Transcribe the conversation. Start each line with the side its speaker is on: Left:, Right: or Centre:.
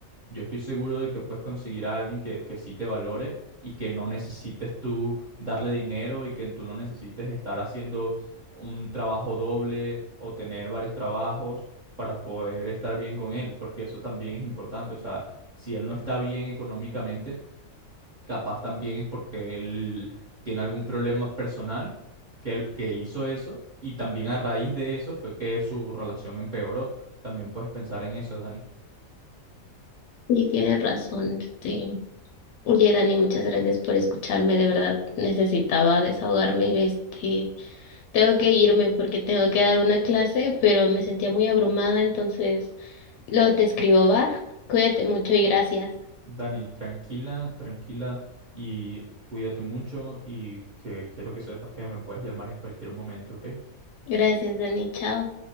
Right: Yo estoy seguro de que puedes conseguir a alguien que, que sí te valore y que no necesites tú darle dinero y que tú no necesites estar haciendo un trabajo doble o tener varios trabajos para poder estar bien con él, porque eso también es importante. O sea, si él no está bien económicamente, capaz también es porque él tiene algún problema personal que, él- que hizo eso y también a raíz de eso fue que su relación empeoró. También puedes pensar en eso, Dani.
Left: Sí, tienes razón, este. Oye, Dani, muchas gracias por escucharme, de verdad necesitaba desahogarme, este. Tengo que irme porque tengo que dar una clase, pero me sentía muy abrumada, entonces luego te escribo, va. Cuídate mucho y gracias.
Right: Dani, tranquila, tranquila y cuídate mucho y que quiero que sepas que me puedes llamar en cualquier momento, ¿ok?
Left: Gracias, Dani. Chao.